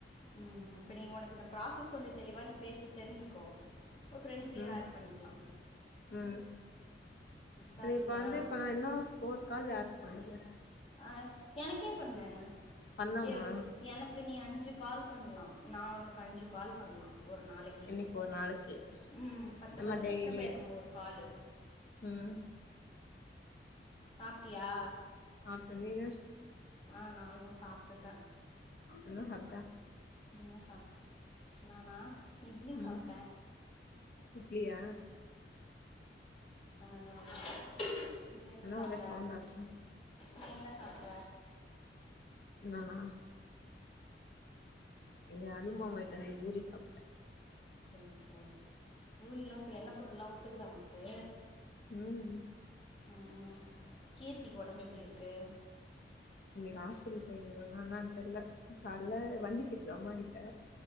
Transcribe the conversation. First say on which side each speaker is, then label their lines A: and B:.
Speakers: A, on the left; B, on the left.
A: உம் இப்ப நீ உனக்கு இந்த ப்ராசஸ் கொஞ்சோ தெளிவா நீ பேசி தெரிஞ்சுக்கோ உன் ஃப்ரெண்ட்ஸையும்
B: உம்
A: ஆட் பண்ணிக்கலாம்
B: உம்
A: சாப்பிட்டியா
B: செரிப்ப வந்து நா இன்னு போர்க்கால் யாரு <unintelligible>
A: அஹ் எனக்கே பண்ணு
B: பண்ணாமா
A: ஏ எனக்கு நீ அஞ்சு அஞ்சு கால் பண்ணலா நா உனக்கு அஞ்சு கால் பண்ணலா ஒரு நாளைக்கு
B: இன்னைக்கு ஒரு நாளைக்கு
A: இம் பத்து
B: நம்ம
A: பத்து
B: டெய்லியே
A: நிமிஷம் பேசணு ஒரு காலு
B: ம்
A: சாப்ட்டியா
B: சாப்பிட்டே நீனு
A: ஆஹ் நானு சாப் விட்டுட்ட
B: என்ன சாப்ட்டா
A: நீ என்ன சாப் நானா இட்லி சாப்ட்ட
B: ம் இட்லியா
A: ஆ ஆமா நீ என்ன சாப்ட்ட
B: ஒரே சவுண்டா இருக்கு
A: நீ என்ன சாப்ட்ட
B: நானா இங்க அருள் மாமா கிட்ட ரெண்டு பூரி சாப்ட்ட
A: சரி சரி பூரிலா இப்ப எண்ணெ பொருள்லா ஒத்துக்குதா உனக்கு
B: ம்
A: ம் ம் கீர்த்திக்கு ஒடம்பு எப்டி இருக்கு
B: இன்னிக் ஹாஸ்பிடல் போய்ருந்துதா என்னன் தெர்ல காலல வண்டி கேட்டுது அம்மா கிட்ட